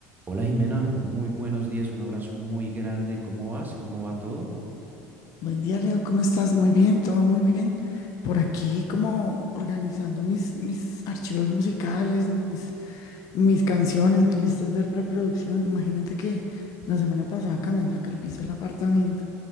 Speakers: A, on the right; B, on the left.
A: Hola Jimena, muy buenos días, un abrazo muy grande. ¿Cómo vas? ¿Cómo va todo?
B: Buen día, Leo. ¿Cómo estás? Muy bien, todo muy bien. Por aquí como organizando mis, mis archivos musicales, mis, mis canciones, mis listas de reproducción. Imagínate que la semana pasada cambiamos acá el piso del apartamento